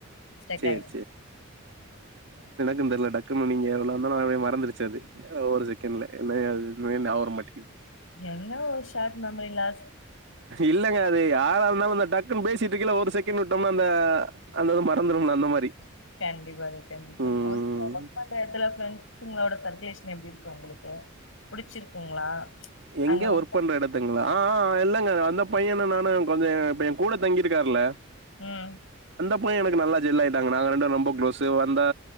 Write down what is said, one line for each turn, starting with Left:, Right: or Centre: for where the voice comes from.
Left: ஸ்டக்
Right: சேரி
Left: ஆய்டுச்சு.
Right: குன் தெர்ல டக். <unintelligible> நீங்க எவளாந்தாலும் நானே மறந்துருச்சு அது ஒரு செகண்ட்ல என்னைய இது உம்மையே நாவரமாட்டிங்குது.
Left: என்ன ஒர் ஷார்ட் மெமரி லாஸ்
Right: இல்லங்க அது யாறா இருந்தாலு அந்த டக் குனு பேசிட்டு இருக்கைல ஒரு செகண்ட் விட்டோம்ன, அந்த அந்த இது மறந்துரும்ல அந்த மாரி
Left: கண்டிப்பாங்க கண்டிப்பாங்க
Right: ம்
Left: <inaudible> ஒர்க் பண்ற எடத்துல பிரண்ட்ஸ். பசங்களோட சர்குலேஷன் எப்டி இருக்கு உங்களுக்கு புடிச்சிருக்குங்களா
Right: எங்க
Left: அங்க வந்து
Right: ஒர்க் பண்ற எடத்துங்களா ஆ ஆ. இல்லங்க அந்த பையனு நானு கொஞ்ச இப்ப ஏ கூட தங்கியிருக்காருல்ல
Left: உம்
Right: இப்பயு எனக்கு நல்லா ஜெல்லா ஆயிட்டாங்க நாங்க ரெண்டு பேரு ரொம்ப குளோஸு வந்தா